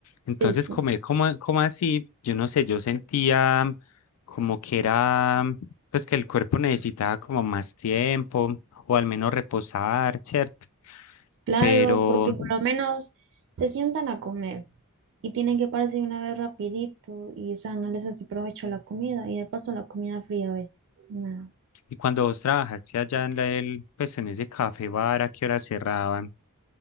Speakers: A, on the left; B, on the right.
A: entonces
B: sí, sí,
A: comer como, como así, yo no sé, yo sentía como que era, pues que el cuerpo necesitaba como más tiempo o al menos reposar, ¿cierto?
B: claro,
A: Pero,
B: porque por lo menos se sientan a comer y tienen que pararse de una vez rapidito y, o sea, no les hace provecho la comida y de paso la comida fría a veces, nada.
A: y cuando vos trabajaste allá en la- el, pues en ese café bar, ¿a qué hora cerraban?